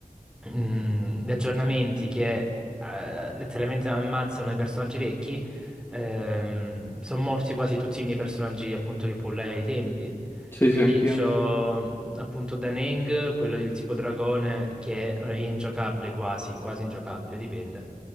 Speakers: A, in the centre; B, on the left (about 15°).
A: mm, di aggiornamenti che eh, letteralmente ammazzano i personaggi vecchi. Ehm, sono morti quasi tutti i miei personaggi appunto che pullai ai tempi.
B: sì,
A: Quindi
B: sì, anch'io.
A: c'ho mh, appunto Daneng, quello del tipo dragone, che è ingiocabile quasi, quasi ingiocabile, dipende.